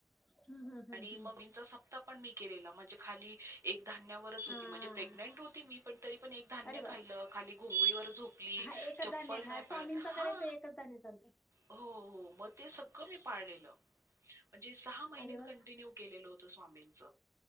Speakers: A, on the left (about 25°); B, on the right (about 60°).
A: हम्म हम्म हम्म
B: आणि
A: हम्म.
B: मग <unintelligible> सप्ता पण मी केलेला म्हणजे खाली एक धान्यावरच
A: हा
B: होती म्हणजे प्रेग्नेंट होती मी पण तरी पण एक धान्य
A: अरे बाप
B: खाल्लं खाली घोंगळीवर झोपली
A: हा एकच
B: चप्पल
A: धान्य खा
B: नाही
A: स्वामींचं
B: पाळत हा
A: करायचं एकच धान्य चालत
B: हो हो मग ते सगळं मी पाळलेलं म्हणजे सहा महिने
A: अरे
B: मी
A: वा
B: <unintelligible> <inaudible> होत स्वामींच